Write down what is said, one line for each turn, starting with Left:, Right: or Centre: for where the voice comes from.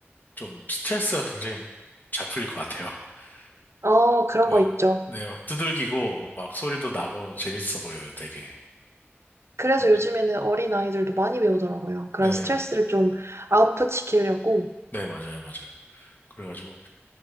Left: 좀 스트레스가 굉장히 잘 풀릴 것 같아요. <laughs>
Right: 어 그런
Left: 막,
Right: 거 있죠.
Left: 네, 막 두들기고 막 소리도 나고 재밌어 보여요, 되게.
Right: 그래서
Left: 뭐지?
Right: 요즘에는 어린 아이들도 많이 배우더라고요. 그런
Left: 네,
Right: 스트레스를 좀 아웃풋 시키려고.
Left: 네, 맞아요, 맞아요. 그래가지고,